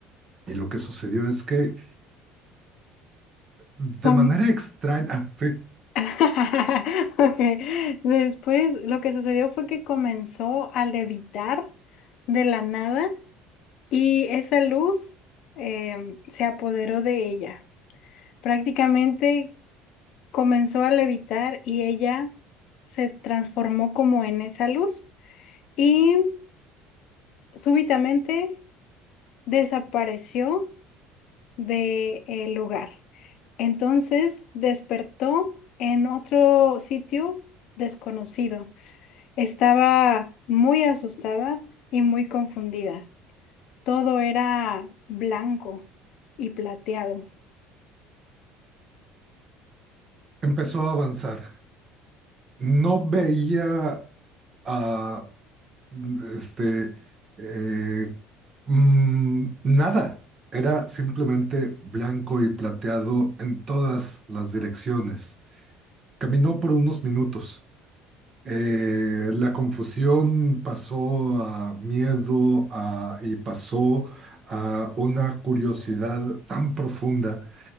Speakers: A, on the right (about 25°); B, on the left (about 45°).
A: y lo que sucedió es que de
B: Com-
A: manera extraña, <laughs> sí.
B: <laughs> Ok, Después, lo que sucedió fue que comenzó a levitar de la nada y esa luz em, se apoderó de ella. Prácticamente comenzó a levitar y ella se transformó como en esa luz y súbitamente desapareció de el lugar. Entonces despertó en otro sitio desconocido. Estaba muy asustada y muy confundida. Todo era blanco y plateado.
A: empezó a avanzar. No veía a este eh, mm, nada. Era simplemente blanco y plateado en todas las direcciones. Caminó por unos minutos. Eh, la confusión pasó a miedo a- y pasó a una curiosidad tan profunda